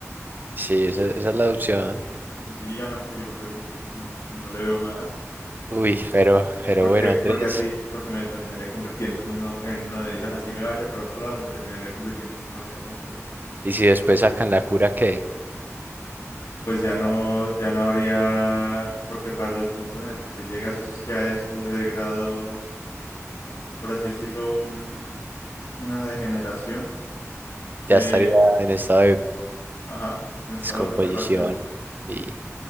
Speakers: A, on the right; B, on the left.
A: sí, esa, esa es la opción.
B: Sencillo sencillo y llanamente yo me pego un tiro, no, no le veo más.
A: Uy, pero, pero
B: Porque,
A: bueno, Andrés.
B: porque así, porque me terminaría convirtiendo en uno, en uno de ellos. Así me vaya para otro lado, me terminaría convirtiendo en uno de ellos. Entonces no,
A: Y si después
B: ahorrar
A: sacan
B: eso.
A: la cura que
B: Pues ya no, ya no habría, porque para el punto en el que se llega, eso es- ya es un degrado, por así decirlo, un, una degeneración de,
A: ya estaría en estado de
B: ajá, en estado
A: descomposición.
B: de putrefacción.
A: Y